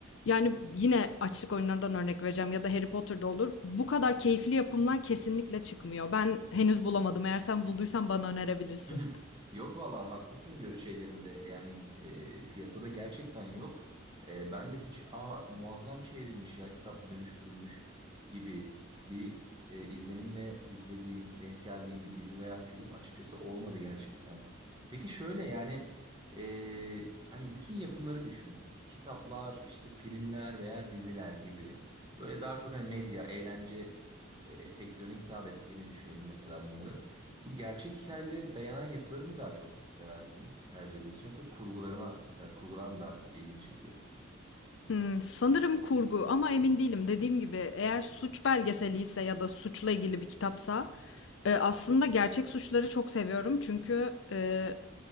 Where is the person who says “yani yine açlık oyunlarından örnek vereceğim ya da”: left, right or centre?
Left